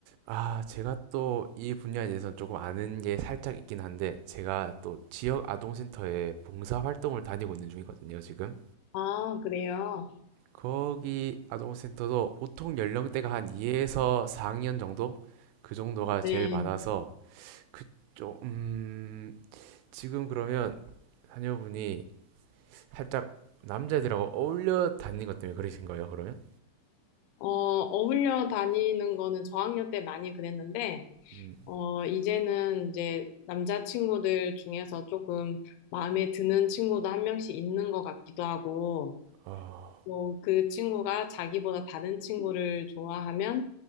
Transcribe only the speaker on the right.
아, 제가 또 이 분야에 대해서는 조금 아는 게 살짝 있긴 한데, 제가 또 지역 아동센터에 봉사활동을 다니고 있는 중이거든요, 지금.
거기 아동센터도 보통 연령대가 한 2에서 4학년 정도? 그 정도가
제일 많아서, 그쪽, 음, 지금 그러면 자녀분이 살짝 남자애들하고 어울려 다니는 것 때문에 그러신 거예요, 그러면?
음.
아,